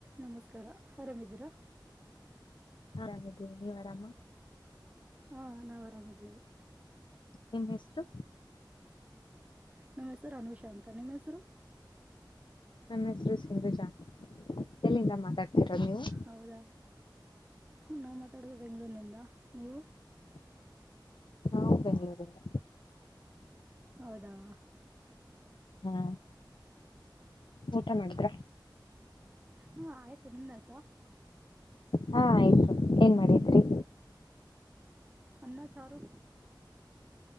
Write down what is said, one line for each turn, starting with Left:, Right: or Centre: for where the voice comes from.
Right: ನಮಸ್ಕಾರ ಆರಾಮಿದ್ದೀರಾ?
Left: ಆರಾಮಿದ್ದೀನಿ ನೀವ್ ಆರಾಮ?
Right: ಹಾ ನಾವ್ ಆರಾಮಿದ್ದೇವಿ.
Left: ನಿಮ್ ಹೆಸರು
Right: ನಮ್ಮೆಸರು ಅನುಷ ಅಂತ ನಿಮ್ ಹೆಸರು?
Left: ನನ್ ಹೆಸರು ಸಿಂಧುಜಾ ಅಂತ ಎಲ್ಲಿಂದ ಮಾತಾಡ್ ತಿರದ್ ನೀವು?
Right: ಹೌದಾ ನಾವ್ ಮಾತಾಡದು ಬೆಂಗ್ಳೂರಿನಿಂದ, ನೀವು?
Left: ನಾವು ಬೆಂಗಳೂರಿಂದ
Right: ಹೌದಾ?
Left: ಹ್ಮ್ ಊಟ ಮಾಡುದ್ರ?
Right: ಹಾಂ ಆಯ್ತು ನಿಮ್ದಾಯ್ತ?
Left: ಹಾಂ ಆಯ್ತು ಏನ್ ಮಾಡಿದ್ರಿ?
Right: ಅನ್ನ ಚಾರು